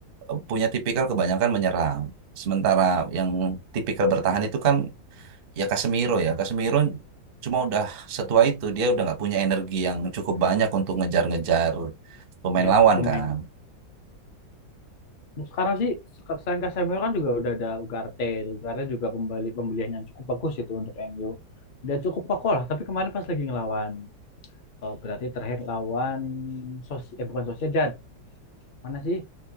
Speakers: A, on the right; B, on the left.
A: eh, punya tipikal kebanyakan menyerang. Sementara yang tipikal bertahan itu kan ya Casemiro ya. Casemiro cuma udah setua itu, dia udah nggak punya energi yang cukup banyak untuk ngejar-ngejar pemain
B: ya
A: lawan
B: pemain
A: kan.
B: Sekarang sih selain Casemiro kan juga udah ada Ugarte. Ugarte juga pembeli pembelian yang cukup bagus itu untuk MU. Udah cukup kokoh lah. Tapi kemarin pas lagi ngelawan eh, berarti terakhir lawan Sos eh bukan Sociedad. Mana sih?